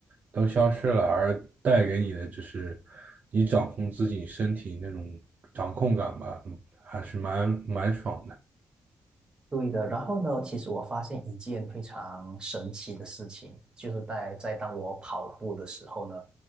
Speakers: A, on the right; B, on the right.
A: 都消失了，而带给你的就是你掌控自己身体那种掌控感吧，还是蛮蛮爽的。
B: 对的，然后呢，其实我发现一件非常神奇的事情，就是在在当我跑步的时候呢，